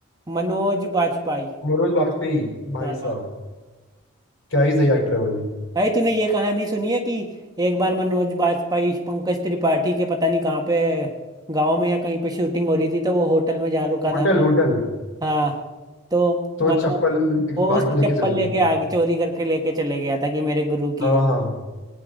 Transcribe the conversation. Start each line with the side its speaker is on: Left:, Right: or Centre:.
Right: मनोज बाजपेयी
Left: मनोज वाजपेयी भाई
Right: हाँ
Left: साहब क्या ही सही एक्टर है वो भी
Right: भाई तूने ये कहानी सुनी है कि एक बार मनोज बाजपेयी पंकज त्रिपाठी के पता नहीं कहाँ पे गांव में या कहीं पे शूटिंग हो रही थी तो वो होटल में जा रुका
Left: Hotel
Right: था ना
Left: hotel
Right: हाँ तो
Left: तो
Right: मतलब
Left: चप्पल एक
Right: वो
Left: भाग
Right: उसकी
Left: लेके
Right: चप्पल
Left: चले गए
Right: लेके
Left: थे।
Right: आगे चोरी करके लेके चले गया था कि मेरे गुरु की
Left: हाँ
Right: है
Left: हाँ